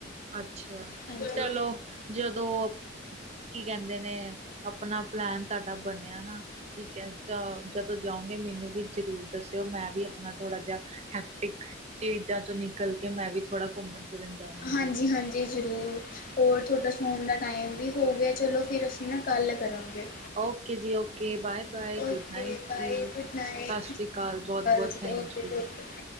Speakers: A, on the right; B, on the left.
A: ਅੱਛਾ,
B: ਹਾਂਜੀ
A: ਚਲੋ ਜਦੋਂ ਕੀ ਕਹਿੰਦੇ ਨੇ, ਆਪਣਾ ਪਲੈਨ ਤੁਹਾਡਾ ਬਣਿਆ ਨਾ ਠੀਕ ਹੈ, ਚ ਜਦੋਂ ਜਾਓਗੇ ਮੈਨੂੰ ਵੀ ਜ਼ਰੂਰ ਦੱਸਿਓ ਮੈਂ ਵੀ ਆਪਣਾ ਥੋੜਾ ਜਿਹਾ ਹੈਕਟਿਕ ਚੀਜ਼ਾਂ ਚੋਂ ਨਿਕਲ ਕੇ ਮੈਂ ਵੀ ਥੋੜਾ ਘੁੰਮਣ ਫਿਰਨ ਜਾਵਾਂਗੀ।
B: ਹਾਂਜੀ-ਹਾਂਜੀ ਜੀ ਜ਼ਰੂਰ, ਹੋਰ ਤੁਹਾਡਾ ਸੌਣ ਦਾ ਟਾਈਮ ਵੀ ਹੋ ਗਿਆ ਚਲੋ ਫਿਰ ਅਸੀਂ ਨਾ ਕੱਲ ਕਰਾਂਗੇ।
A: ਓਕੇ ਜੀ okay, bye bye
B: okay
A: good night
B: bye
A: ਜੀ।
B: ਗੁੱਡ ਨਾਈਟ
A: ਸਤਿ ਸ਼੍ਰੀ ਅਕਾਲ ਬਹੁਤ-ਬਹੁਤ
B: ਜੀ
A: ਥੈਂਕ
B: ਓਕੇ ਬਹੁਤ
A: ਯੂ
B: ਬਹੁਤ ਥੈਂਕ